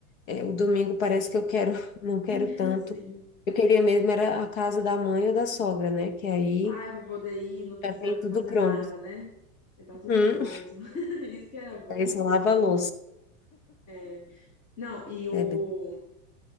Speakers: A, on the left (about 70°); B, on the left (about 45°).
A: É, o domingo parece que eu quero, <laughs> não quero
B: <laughs>
A: tanto.
B: Sim.
A: Eu queria mesmo era a casa da mãe ou da sogra, né? Que aí
B: Ai, pra poder ir, não precisa
A: já tem tudo
B: fazer
A: pronto.
B: nada, né? Já tá tudo
A: Hum.
B: pronto.
A: <laughs>
B: <laughs> Isso que era bom.
A: Aí só lava a louça,
B: É. Não, e o
A: né? bem?